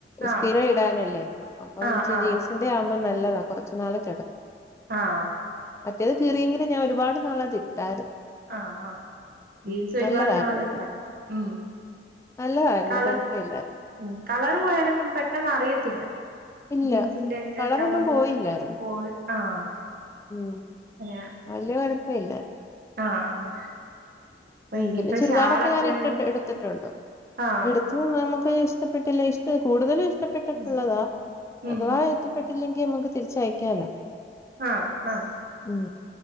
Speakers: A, on the right; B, on the left.
A: ആഹ്
B: സ്ഥിരം ഇടാനല്ലേ അപ്പൊ
A: ആഹ് ആഹ്
B: ജീൻസിന്റെ ആവുമ്പോം നല്ലതാ കുറച്ചു നാൾ കിടക്കും
A: ആഹ്
B: മറ്റേത് കീറിയെങ്കിലും ഞാൻ ഒരുപാട് നാള അത് ഇട്ടായിരുന്നു
A: ആഹ് ആഹ് ജീൻസ്
B: ഉം
A: ഒരുപാട്
B: നല്ലതായിരുന്നു
A: നാള് കടക്കും ഉം
B: നല്ലതായിരുന്നു
A: കളർ
B: കുഴപ്പമില്ല
A: ഉം കളർ പോയാലൊന്നും പെട്ടെന്ന് അറിയത്തില്ല
B: ഇല്ല
A: ജീൻസിന്റെൊക്കെ
B: കളറൊന്നും
A: കളർ
B: പോയില്ലായിരുന്നു
A: പോയി ആഹ്
B: ഉം
A: അങ്ങനെ
B: വല്യ കുഴപ്പ ഇല്ല
A: ആഹ് ആഹ് അപ്പൊ
B: ഉം
A: ഇനിയിപ്പ
B: പിന്നെ ചുരിദാറൊക്കെ
A: ഷാളൊക്കെണ്ട്
B: ഞാൻഇട്ടിട്ട് എടു <unintelligible>
A: ആഹ്
B: നമുക്ക് ഇഷ്ടപ്പെട്ടില്ല ഇഷ്ട കൂടുതലും ഇഷ്ടപ്പെട്ടിട്ടുള്ളതാ
A: ഉം ഉം
B: അഥവാ
A: ഉം
B: ഇഷ്ടപ്പെട്ടില്ലെങ്കിൽ നമ്മുക്ക് തിരിച്ച് അയക്കാലോ
A: ആഹ് ആഹ്
B: ഉം